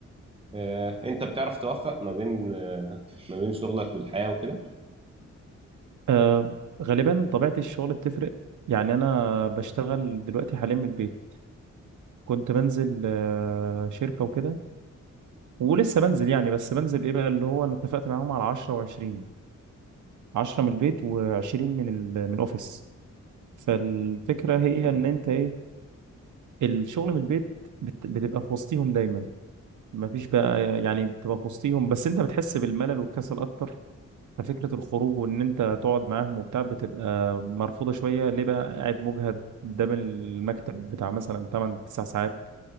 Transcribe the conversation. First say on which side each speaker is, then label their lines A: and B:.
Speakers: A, on the right; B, on the right.
A: آه، انت بتعرف توفق ما بين آه، ما بين شغلك والحياه وكده
B: آه، غالبا طبيعة الشغل بتفرق يعني انا بشتغل دلوقتي حاليا من البيت كنت بنزل آه، شركة وكده ولسه بنزل يعني بس بنزل ايه بقى اللي هو انا اتفقت معاهم على 10 و20 10 من البيت و20 من ال- من الاوفيس فالفكرة هي ان انت ايه الشغل من البيت بت... بتبقى في وسطيهم دايما ما فيش بقى يعني بتبقى في وسطيهم بس انت بتحس بالملل والكسل اكتر ففكرة الخروج وان انت تقعد معاهم وبتاع بتبقى مرفوضة شوية ليه بقى قاعد مجهد قدام المكتب بتاع مثلا 8 9 ساعات